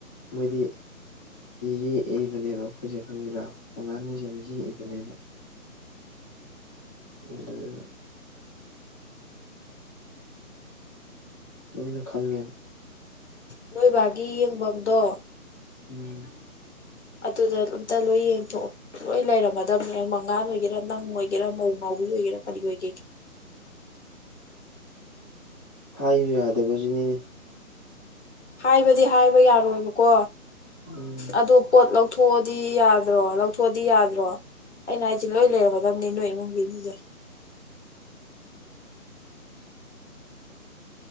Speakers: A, on the left; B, on the left.
A: ꯃꯣꯏꯗꯤ ꯌꯦꯛꯏꯕꯅꯦꯕ ꯑꯩꯈꯣꯏꯁꯦ ꯈꯪꯕ꯭ꯔꯥ ꯑꯉꯥꯡꯁꯦ ꯌꯥꯝ ꯌꯦꯛꯏꯕꯅꯦꯕ ꯑ <inaudible> ꯂꯣꯏꯅ ꯈꯪꯉꯦ
B: ꯅꯣꯏꯕꯥꯒꯤ ꯌꯦꯡꯐꯝꯗꯣ
A: ꯎꯝ
B: ꯑꯗꯨꯗ ꯑꯝꯇ ꯂꯣꯏ ꯌꯦꯡꯊꯣꯛꯑꯣ ꯂꯣꯏ ꯂꯩꯔꯝꯃꯗꯕꯅꯦ ꯃꯉꯥꯟ ꯑꯣꯏꯒꯦꯔꯥ ꯅꯪ ꯑꯣꯏꯒꯦꯔꯥ ꯃꯧ ꯅꯥꯎꯕꯤ ꯑꯣꯏꯒꯦꯔꯥ ꯀꯔꯤ ꯑꯣꯏꯒꯦ꯫
A: ꯍꯥꯏꯌꯨ ꯌꯥꯗꯕꯁꯤꯅꯤꯅꯦ꯫
B: ꯍꯥꯏꯕꯗꯤ ꯍꯥꯏꯕ ꯌꯥꯔꯣꯏꯕꯀꯣ
A: ꯎꯝ
B: ꯑꯗꯣ꯫ ꯄꯣꯠ ꯂꯧꯊꯣꯛꯑꯗꯤ ꯌꯥꯗ꯭ꯔꯣ ꯂꯧꯊꯣꯛꯑꯗꯤ ꯌꯥꯗ꯭ꯔꯣ꯫ ꯑꯩꯅ ꯍꯥꯏꯁꯦ ꯂꯣꯏ ꯂꯩꯔꯝꯒꯗꯕꯅꯦ ꯅꯣꯏ ꯏꯃꯨꯡꯒꯤ ꯃꯤꯒꯩ꯫